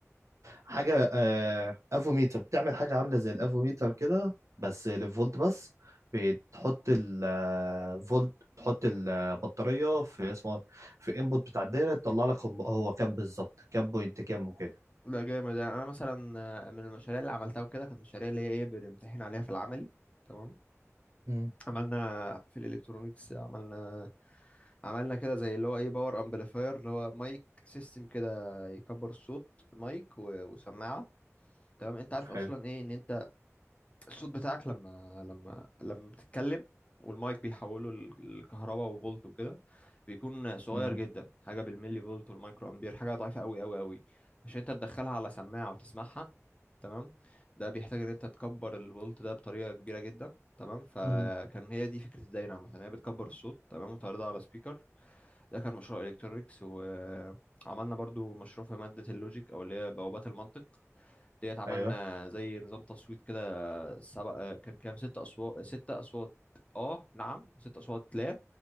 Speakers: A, on the right; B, on the left.
A: حاجة آه، افوميتر بتعمل حاجة عاملة زي الافوميتر كده بس للفولت بس بتحط الفولت بتحط البطارية في اسمه إيه؟ في انبوت بتاع الدايرة تطلع لك هو هو كام بالظبط كام بوينت كام وكده
B: لا جامد يعني أنا مثلا آه، من المشاريع اللي عملتها وكده كانت مشاريع اللي هي إيه بنمتحن عليها في العملي تمام
A: مم.
B: عملنا في الإلكترونيكس عملنا عملنا كده زي اللي هو إيه باور أمبليفاير اللي هو مايك سيستم كده يكبر الصوت مايك و- وسماعة تمام أنت عارف
A: حلو
B: أصلا إيه إن أنت الصوت بتاعك لما لما لما بتتكلم والمايك بيحوله ل- لكهرباء وفولت وكده بيكون صغير
A: امم
B: جدا حاجه بالملي فولت والمايكرو امبير حاجه ضعيفه قوي قوي قوي عشان انت تدخلها على سماعه وتسمعها تمام ده بيحتاج ان انت تكبر الفولت ده بطريقه كبيره جدا تمام فكان
A: مم.
B: هي دي فكره الدايره عامه هي بتكبر الصوت تمام وتعرضها على سبيكر ده كان مشروع الكترونكس وعملنا برضو مشروع في ماده اللوجيك او اللي هي بوابات المنطق ديت عملنا
A: ايوه
B: زي نظام تصويت كده سبع آه، كان كام ست اصوات ست اصوات اه نعم ست اصوات لا